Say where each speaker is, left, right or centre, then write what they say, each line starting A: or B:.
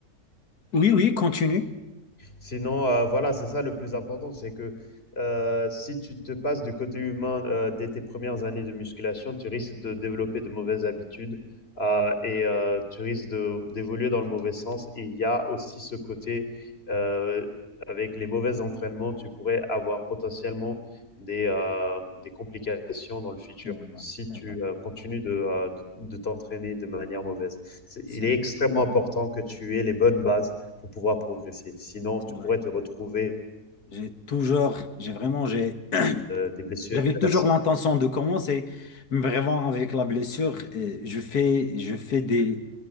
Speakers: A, on the left; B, on the left.
A: oui, oui, continue.
B: Sinon, euh, voilà, c'est ça le plus important, c'est que euh, si tu te passes du côté humain euh, dès tes premières années de musculation, tu risques de développer de mauvaises habitudes euh, et euh, tu risques de- d'évoluer dans le mauvais sens. Et il y a aussi ce côté, euh, avec les mauvais entraînements, tu pourrais avoir potentiellement des, euh, des complications dans le futur
A: Euh,
B: si tu
A: ouais, ouais, ouais,
B: euh, continues de, euh, de, de t'entraîner de manière mauvaise. C'est-
A: c'est
B: il est
A: vrai,
B: extrêmement important que tu aies les bonnes bases pour pouvoir progresser. Sinon,
A: c'est
B: tu
A: vrai.
B: pourrais te retrouver
A: J'ai toujours, j'ai vraiment, j'ai
B: euh, des blessures
A: J'avais
B: irréversibles.
A: toujours l'intention de commencer, mais vraiment avec la blessure, euh, je fais, je fais des,